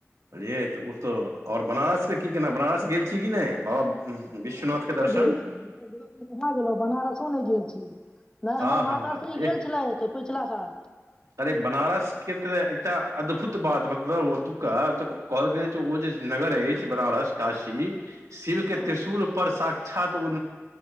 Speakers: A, on the right; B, on the left.
A: बुझलियै तऽ ओ तऽ ओर बनारसके की केना बनारस गेल छी कि नहि बाबा
B: बनारसो
A: विश्वनाथके
B: नहि
A: दर्शन
B: गेल छी उ सब जगह पर कहाँ गेलो बनारसो नहि गेल छी नैह
A: हँ
B: हमर
A: हँ
B: माताश्री
A: हँ एह
B: गेल छलै तऽ पिछला साल
A: अरे बनारसके तऽ एकटा अद्भुत बात मतलब ओतुका कहल गेल अछि ओ जे नगर अछि बनारस काशी शिव के
B: हँ
A: त्रिशूल पर साक्षात उ